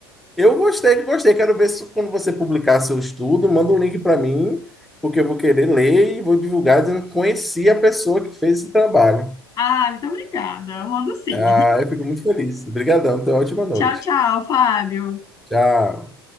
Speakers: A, in the centre; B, on the left (about 25°).
A: Eu gostei, gostei. Quero ver se quando você publicar seu estudo, manda um link para mim, porque eu vou querer ler e vou divulgar dizendo que conheci a pessoa que fez esse trabalho.
B: Ah, muito obrigada. Eu mando sim.
A: Ah, eu fico muito feliz. Obrigadão, tenha uma ótima noite.
B: Tchau, tchau, Fábio.
A: Tchau.